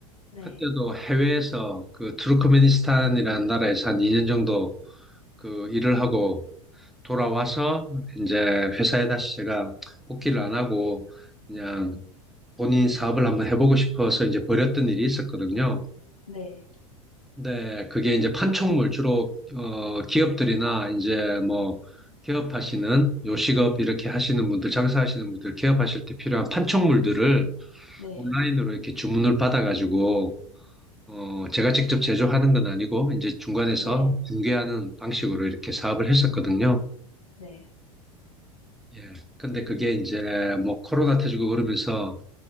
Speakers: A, on the left (about 80°); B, in the centre.
A: 네.
B: 그때도 해외에서 그, 투르크메니스탄이라는 나라에서 한 2년 정도 그 일을 하고 돌아와서, 이제 회사에 다시 제가 복귀를 안 하고, 그냥 본인 사업을 한번 해보고 싶어서 이제 버렸던 일이 있었거든요.
A: 네.
B: 네, 그게 이제 판촉물, 주로, 어, 기업들이나 이제 뭐, 개업하시는, 요식업 이렇게 하시는 분들, 장사하시는 분들, 개업하실 때 필요한 판촉물들을
A: 네.
B: 온라인으로 이렇게 주문을 받아가지고, 어, 제가 직접 제조하는 건 아니고, 이제 중간에서
A: 네.
B: 중개하는 방식으로 이렇게 사업을 했었거든요.
A: 네.
B: 예. 근데 그게 이제 뭐, 코로나 터지고 그러면서